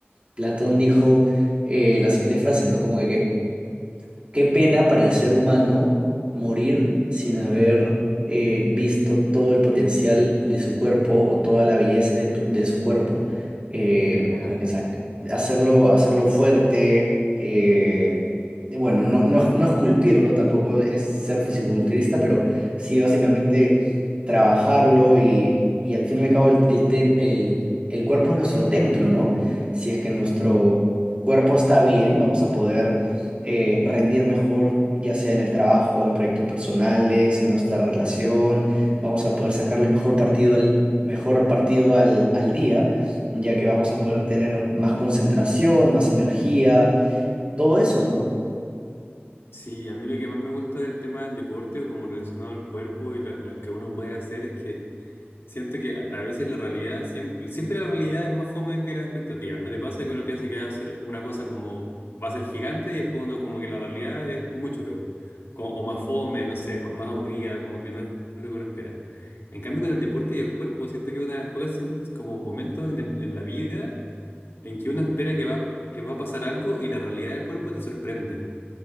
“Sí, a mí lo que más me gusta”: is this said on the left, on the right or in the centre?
Left